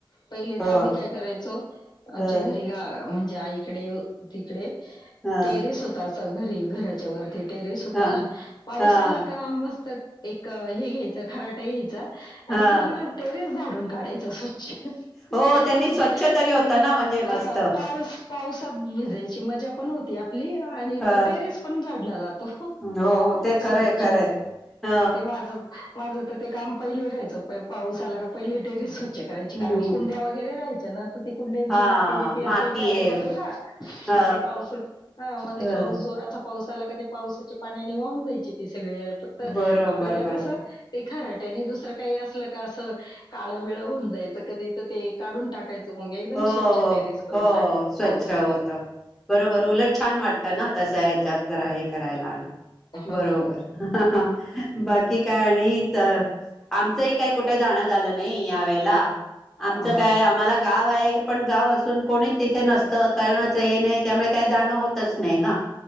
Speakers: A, on the left (about 55°); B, in the centre.
A: पहिले
B: हो.
A: तर आम्ही काय करायचो आमच्या
B: ह
A: घरी ग म्हणजे आई तिकडे तिकडे
B: ह
A: टेरेस होता असा घरी घराच्या वर टेरेस होत
B: ह
A: ना पावसाला
B: हा
A: का मस्त एक हे घ्यायचं खराटा घ्यायच. आणि
B: हा.
A: पूर्ण टेरेस झाडून काढायचं स्वच्छ
B: हो त्यांनी
A: म्हणजे
B: स्वच्छ तरी होतं
A: हम्म.
B: ना म्हणजे
A: अ
B: मस्त.
A: पावस पावसात भिजायची मजा पण होती आपली आणि
B: ह
A: टेरेस पण झाडतो झाडला जातो
B: हो हो, ते
A: स्वच्छ
B: खरंय खरंय. ह
A: ते माझं माझं तर ते काम पहिले राहायचं प पाऊस आला का पहिले टेरिस स्वच्छ करायचं करायची
B: हम्म
A: कारण कुंड्या वगैरे राहायच्या ना ती कुंड्यांची
B: हा
A: माती बीती असायची
B: माती
A: आजूबाजूला
B: हे. ह
A: मग ते पाऊस हा मग
B: ह
A: ते पाऊस जोराचा पाऊस आला का ते पावसाच्या पाण्याने वाहून जायचं ते सगळी तर
B: बरोबर
A: आपल्याला
B: बरोबर.
A: कसं ते खराटनी दुसरं काही असलं का असं काळं वेळ होऊन जायचं कधी तर ते काढून टाकायचं मग एकदम
B: हो
A: स्वच्छ
B: हो
A: टेरिस करून
B: हो
A: टाकायचं
B: स्वच्छ
A: पाऊस
B: होत.
A: आला.
B: बरोबर उलट छान वाटतं ना तसं ह्याच्यात जरा हे करायला आणि.
A: हो
B: बरोबर बाकी काय आणि तर आमचंही काय कुठे जाणं झालं नाही या वेळेला
A: हा
B: आमचं काय आम्हाला गाव आहे पण गाव असून कोणी तिथे नसतं कोणाचं हे नाही त्यामुळे काही जाणं होतच नाही ना